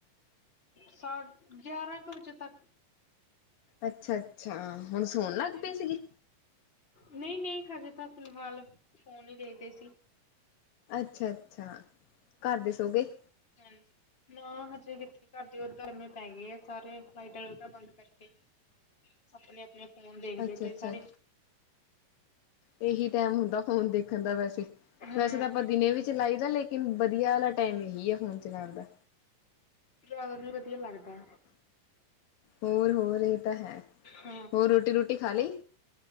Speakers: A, on the left; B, on the left.
A: ਸਾਢ ਗਿਆਰਾਂ ਕੁ ਵਜੇ ਤੱਕ।
B: ਅੱਛਾ-ਅੱਛਾ ਹੁਣ ਸੋਣ
A: ਹਾਂਜੀ
B: ਲੱਗ ਪਈ ਸੀਗੀ?
A: ਨਹੀਂ ਨਹੀਂ ਹਜੇ ਤਾਂ ਫਿਲਹਾਲ ਫੋਨ ਹੀ ਦੇਖਦੇ ਸੀ।
B: ਅੱਛਾ ਅੱਛਾ ਘਰ ਦੇ ਸੋ ਗਏ।
A: ਹਾਂਜੀ <unintelligible> ਨਾ ਹਜੇ ਕਿੱਥੇ ਘਰਦੇ ਆ ਉਹ ਤਾਂ ਐਵੇਂ ਪੈ ਗਏ ਆ ਸਾਰੇ ਲਾਈਟਾਂ ਲੁਟਾਂ ਬੰਦ ਕਰਕੇ। ਆਪਣੇ ਆਪਣੇ ਫੋਨ ਦੇਖਦੇ
B: ਅੱਛਾ
A: ਪਏ
B: ਅੱਛਾ
A: ਸਾਰੇ।
B: ਇਹੀ ਟੈਮ ਹੁੰਦਾ ਫੋਨ ਦੇਖਣ ਦਾ ਵੈਸੇ।
A: ਹਾਂ,
B: ਵੈਸੇ ਤਾਂ ਆਪਾਂ ਦਿਨੇ ਵੀ ਚਲਾਈ ਦਾ ਲੇਕਿਨ ਵਧੀਆ ਵਾਲਾ ਟਾਈਮ ਇਹੀ ਆ ਫੋਨ ਚਲਾਉਣ ਦਾ।
A: ਜ਼ਿਆਦਾ ਨਹੀਂ ਵਧੀਆ ਲੱਗਦਾ।
B: ਹੋਰ ਹੋਰ ਇਹ ਤਾਂ ਹੈ
A: ਹਾਂ
B: ਹੋਰ ਰੋਟੀ ਰੂਟੀ ਖਾ ਲਈ।